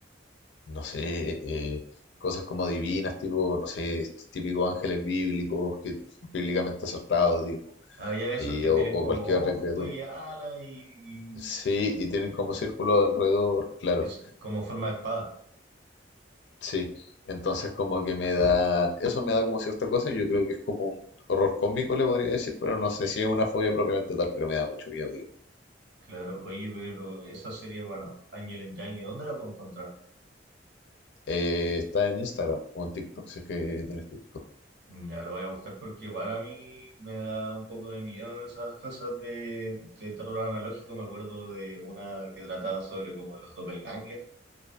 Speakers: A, on the left; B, on the right.
A: no sé, eh, cosas como divinas, tipo, no sé, estos típicos ángeles bíblicos, que bíblicamente acertados, digamos,
B: Hay esos
A: y-
B: que
A: o,
B: tienen
A: o
B: como
A: cualquier otra
B: ojo
A: criatura.
B: y ala y,
A: Sí, y tienen
B: y-
A: como
B: ya,
A: círculo alrededor, claro.
B: que es como forma de espada.
A: Sí, entonces como que me da, eso me da como cierta cosa, yo creo que es como un horror cósmico, le podría decir, pero no sé si es una fobia propiamente tal, pero me da mucho miedo, digo.
B: Claro, oye, pero esa serie, bueno, Angel and Yang, ¿y dónde la puedo encontrar?
A: Eh, está en Instagram o en TikTok, si es que tienes TikTok.
B: Ya lo voy a buscar porque igual a mí me da un poco de miedo esas cosas de, de terror analógico. Me acuerdo de una que trataba sobre como los doppelganger,